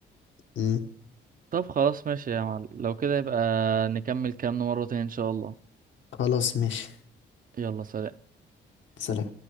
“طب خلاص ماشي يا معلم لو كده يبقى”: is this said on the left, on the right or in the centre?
Right